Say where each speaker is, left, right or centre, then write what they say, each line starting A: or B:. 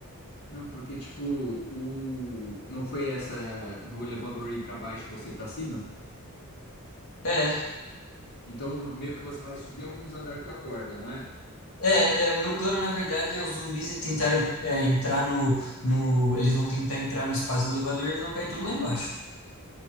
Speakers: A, on the left; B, on the left.
A: Não, porque, tipo, o... não foi essa do elevador ir pra baixo e você ir pra cima?
B: É,
A: Então, meio que você vai subir alguns andares com a corda, não é?
B: é, é, o meu plano, na verdade, é os zumbis tentarem é, entrar no, no. Eles vão tentar entrar no espaço do elevador eles vão cair tudo lá embaixo.